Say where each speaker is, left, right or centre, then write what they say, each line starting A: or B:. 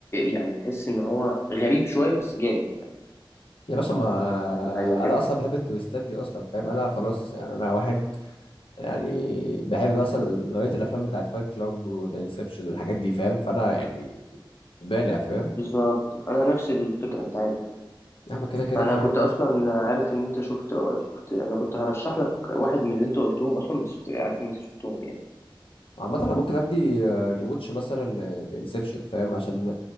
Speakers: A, on the left; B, on the left.
A: يعني تحس ان هو غريب شويه بس جامد يعني
B: يا باشا ما
A: يعني هي... هيعجبك
B: انا اصلا بحب التويستات دي اصلا فاهم انا خلاص يعني انا واحد يعني بحب مثلا نوعيه الافلام بتاعت فايت كلاب وذا انسبشن والحاجات دي فاهم فانا يعني بالع فاهم
A: بالظبط انا نفس الفكره انت عارف
B: يا عم كده كده
A: فانا
B: فاهم
A: كنت اصلا عارف ان انت شفت شفت انا كنت هرشح لك واحد من اللي انت قلتهم اصلا بس عارف ان انت شفتهم يعني
B: عامة انا ممكن ادي ريوتش مثلا لانسبشن فاهم عشان